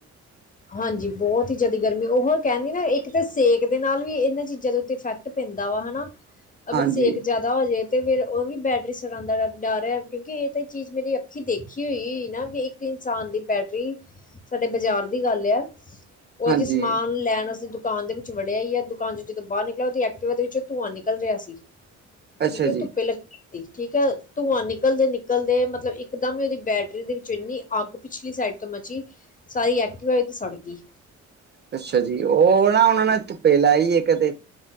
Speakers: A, on the left (about 25°); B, on the right (about 35°).
A: ਹਾਂਜੀ ਬਹੁਤ ਹੀ ਜਿਆਦਾ ਗਰਮੀ ਉਹ ਕਹਿੰਦੀ ਨਾ ਇੱਕ। ਕਿਤੇ ਸੇਕ ਦੇ ਨਾਲ ਵੀ ਇਹਨਾਂ ਚੀਜ਼ਾਂ ਦੇ ਉੱਤੇ ਇਫੈਕਟ ਪੈਂਦਾ ਵਾ ਹਨਾ ਅਗਰ
B: ਹਾਂਜੀ
A: ਸੇਕ ਜ਼ਿਆਦਾ। ਹੋ ਜਾੇ ਤੇ ਫੇਰ ਉਹ ਵੀ ਬੈਟਰੀ ਸੜਾਉਂਦਾ ਡਰ ਹੈ ਕਿਉਂਕਿ ਇਹ ਤਾਂ ਚੀਜ਼ ਮੇਰੀ ਅੱਖੀ ਦੇਖੀ ਹੋਈ ਨਾ ਕਿ ਇੱਕ। ਇਨਸਾਨ ਦੀ ਬੈਟਰੀ। ਸਾਡੇ ਬਾਜ਼ਾਰ ਦੀ ਗੱਲ ਹੈ ਉਹ
B: ਹਾਂਜੀ
A: ਜਿ ਸਮਾਨ ਲੈਣ ਵ। ਦੁਕਾਨ ਦੇ ਵਿੱਚ ਵੜਿਆ ਹੀ ਹੈ ਦੁਕਾਨ ਚ ਜਦੋਂ ਬਾਹਰ ਨਿਕਲ ਉਹਦੀ ਐਕਟਿਵਾ ਦੇ ਵਿੱਚ ਧੂੰਆਂ ਨਿਕਲ ਰਿਹਾ ਸੀ।
B: ਅੱਛਾ
A: ਕਿਉਂਕਿ
B: ਜੀ
A: ਤੂੰ ਪਹਿਲਾਂ। ਠੀਕ ਹੈ ਧੂੰਆਂ ਨਿਕਲਦੇ ਨਿਕਲਦੇ ਮਤਲਬ ਇੱਕਦਮ ਹੀ ਉਹਦੀ ਬੈਟਰੀ ਦੇ ਵਿੱਚ ਇੰਨੀ ਅੱਗ ਪਿਛਲੀ ਸਾਈਡ। ਮਚੀ ਸਾਰੀ ਐਕਟੀਿਵਾ ਹੋ ਤੇ ਸੜਕੀ।
B: ਅੱਛਾ ਜੀ ਲਾ ਉਹਨਾਂ ਨੇ ਪੇਲਾ ਹੀ। ਕਦੇ